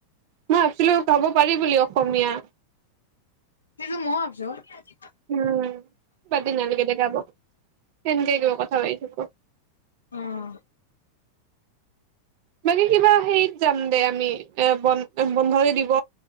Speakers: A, on the right (about 45°); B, on the left (about 70°).
A: মই ভাবিছিলো খাব পাৰি বুলি অসমীয়া
B: কিন্তু মই <inaudible>
A: উম ক ব দিনালৈকে লগাব সেনেকে কিবা কথা পাতি থাকো <unintelligible>
B: উম
A: বাকী কিবা সেইত যাম দে আমি এ ব বন্ধ দি দিব